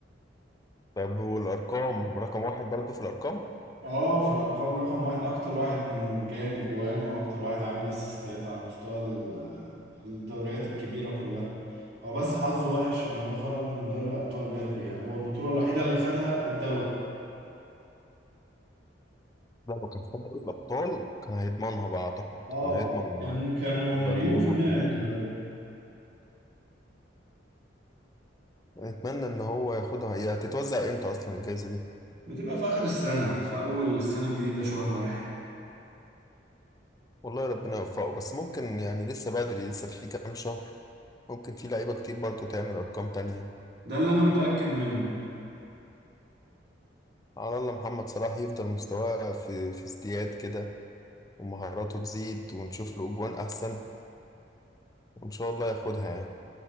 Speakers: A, on the left (about 20°); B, on the right (about 60°).
A: طب والأرقام رقم واحد برضه في الأرقام
B: اه في الأرقام رقم واحد أكتر واحد من جايب أجوان وأكتر واحد عامل أسيستات على مستوى ال- آه، الدوريات الكبيرة كلها هو بس حظه وحش إن هو خرج من دوري أبطال بدري يعني هو البطولة الوحيدة اللي خدها الدوري
A: لا لو كان في دوري الأبطال كان هيضمنها بقى أعتقد
B: اه
A: كان هيضمن
B: كان
A: آه،
B: كانوا
A: البالون
B: مليون
A: دور
B: في المية
A: كمان
B: هيدوها له
A: أتمنى إن هو ياخدها هي هتتوزع إمتى أصلا الجايزة دي
B: بتبقى في آخر السنة في أول السنة الجديدة شهر واحد
A: والله ربنا يوفقه بس ممكن يعني لسه بدري لسه في كام شهر ممكن في لعيبة كتير برضه تعمل أرقام تانية
B: ده اللي أنا متأكد منه
A: على الله محمد صلاح يفضل مستواه في في ازدياد كده ومهاراته تزيد ونشوف له أجوان أحسن وإن شاء الله ياخدها يعني